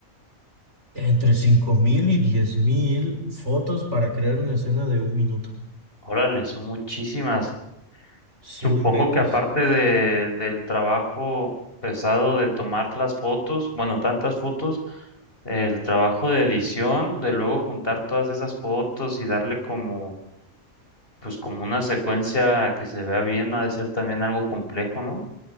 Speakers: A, on the right; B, on the left.
A: entre 5.000 y 10.000 fotos para crear una escena de un minuto.
B: Órale, son muchísimas.
A: Si
B: Supongo
A: no inventes.
B: que aparte de, del trabajo pesado de tomar las fotos, bueno, tantas fotos, el trabajo de edición, de luego juntar todas esas fotos y darle como, pues como una secuencia que se vea bien, ha de ser también algo complejo, ¿no?